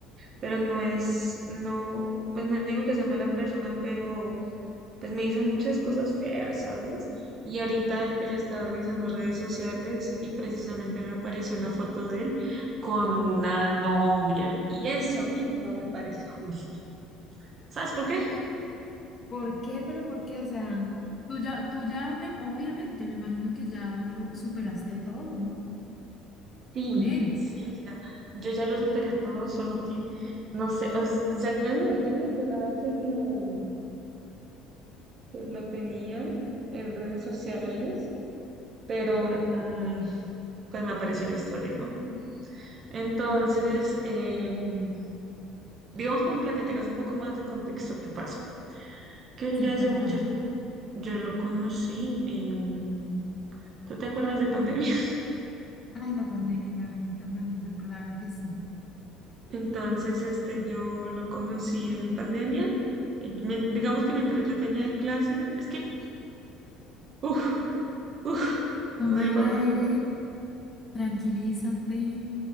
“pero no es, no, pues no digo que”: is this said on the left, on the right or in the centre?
Right